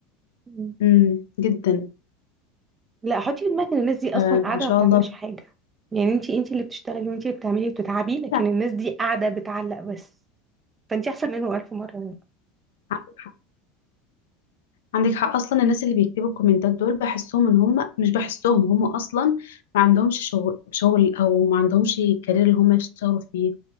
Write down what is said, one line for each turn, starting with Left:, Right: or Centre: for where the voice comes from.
Right: مم.
Left: امم جدا
Right: لا حطي في دماغك ان الناس دي
Left: فان
Right: اصلا قاعدة
Left: شاء
Right: ما بتعملش
Left: الله
Right: حاجة يعني انتي انتي اللي بتشتغلي وانتي اللي بتعملي وبتتعبي لكن
Left: فعلاً
Right: الناس دي قاعدة بتعلق بس فانتي احسن منهم ألف مرة يعني.
Left: عندك حق عندك حق اصلا الناس اللي بيكتبوا الكومنتات دول بحسهم ان هم مش بحسهم هم اصلا ما عندهمش شغل شغل او ما عندهمش كارير اللي هم يشتغلوا فيه